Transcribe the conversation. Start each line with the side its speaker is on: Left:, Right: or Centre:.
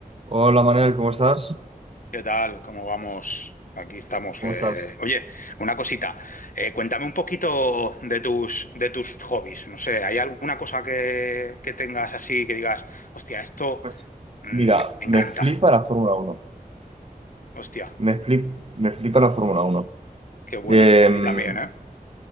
Right: Hola Manuel, ¿cómo estás?
Left: ¿Qué tal? ¿Cómo vamos? Aquí estamos.
Right: ¿Cómo
Left: eh.
Right: estás?
Left: Oye, una cosita. eh, cuéntame un poquito de tus, de tus hobbies. No sé, ¿hay alguna cosa que, que tengas así que digas, hostia, esto
Right: Pues
Left: mm,
Right: mira,
Left: me encanta?
Right: me flipa la Fórmula Uno,
Left: Hostia,
Right: Me flip- me flipa la Fórmula Uno.
Left: qué bueno.
Right: Em,
Left: A mí también, ¿eh?